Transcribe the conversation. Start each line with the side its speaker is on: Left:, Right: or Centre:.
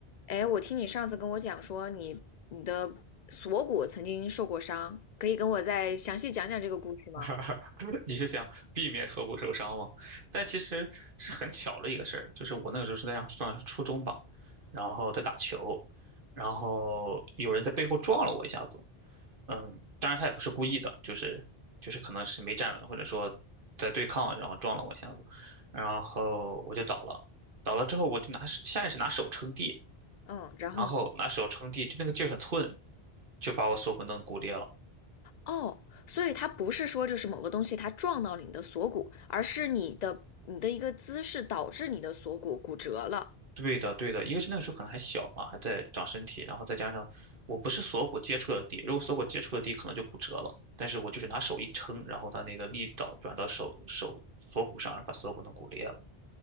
Left: 哎，我听你上次跟我讲说你你的锁骨曾经受过伤，可以跟我再详细讲讲这个故事吗？
Right: <laughs> 你是想避免锁骨受伤吗？但其实是很巧的一个事儿，就是我那个时候是在上上初中吧，然后在打球，然后有人在背后撞了我一下子，嗯，当然他也不是故意的，就是就是可能是没站稳，或者说在对抗，然后撞了我一下子，然后我就倒了，倒了之后我就拿手下意识拿手撑地，
Left: 嗯，然后呢？
Right: 然后拿手撑地，就那个劲儿很寸，就把我锁骨弄骨裂了。
Left: 哦，所以它不是说就是某个东西它撞到了你的锁骨，而是你的你的一个姿势导致你的锁骨骨折了。
Right: 对的，对的，一个是那个时候可能还小嘛，还在长身体，然后再加上我不是锁骨接触的地，如果锁骨接触的地可能就骨折了，但是我就是拿手一撑，然后它那个力道转到手手锁骨上，然后把锁骨弄骨裂了